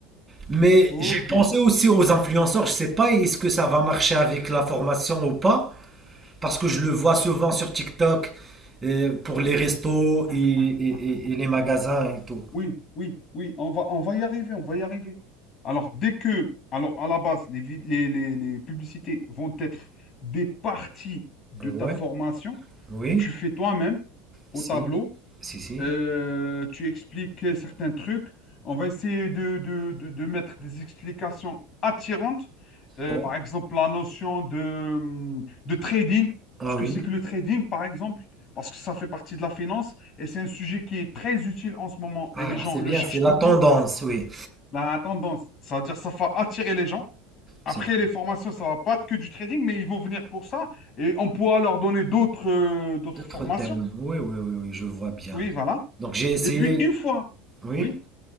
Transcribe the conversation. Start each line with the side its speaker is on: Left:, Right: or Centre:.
Right: Mais
Left: ok.
Right: j'ai pensé aussi aux influenceurs. Je sais pas est-ce que ça va marcher avec la formation ou pas, parce que je le vois
Left: Hmm,
Right: souvent sur TikTok euh, pour les restos et,
Left: Ah,
Right: et-
Left: ah,
Right: et- et les magasins
Left: oui.
Right: et tout.
Left: Oui, oui, oui, on va, on va y arriver, on va y arriver. Alors, dès que, alors à la base, les, vid- les, les, les publicités vont être des parties de ta
Right: Ouais,
Left: formation
Right: oui,
Left: que tu fais toi-même
Right: si,
Left: au tableau
Right: si, si.
Left: euh, tu expliques certains trucs. On va essayer de, de- de- de mettre des explications attirantes. Euh,
Right: Oh,
Left: par exemple, la notion de, de trading.
Right: Ah
Left: Ce que
Right: oui.
Left: c'est que le trading, par exemple, parce que ça fait partie de la finance et c'est un sujet qui est très utile en ce moment
Right: Ah,
Left: et les gens
Right: c'est
Left: le
Right: bien,
Left: cherchent
Right: c'est la
Left: beaucoup.
Right: tendance, oui.
Left: La tendance, ça veut dire ça va attirer les gens. Après,
Right: C'est
Left: les formations, ça va pas être que du trading, mais ils vont venir pour ça et on pourra leur donner d'autres euh, d'autres
Right: D'autres
Left: formations.
Right: thèmes. Oui, oui, oui, oui, je vois bien.
Left: Oui, voilà.
Right: Donc j'ai essayé.
Left: Et puis une fois,
Right: Oui,
Left: oui,